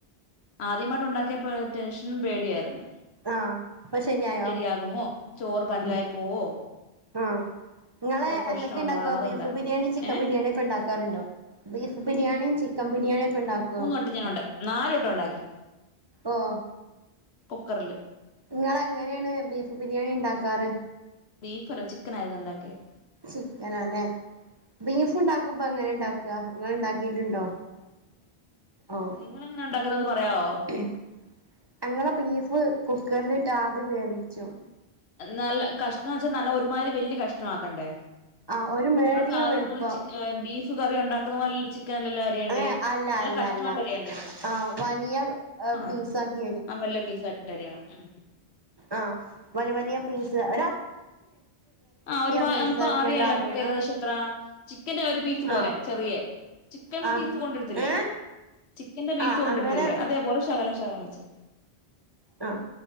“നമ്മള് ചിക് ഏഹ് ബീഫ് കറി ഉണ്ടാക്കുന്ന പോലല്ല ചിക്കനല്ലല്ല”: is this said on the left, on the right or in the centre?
Left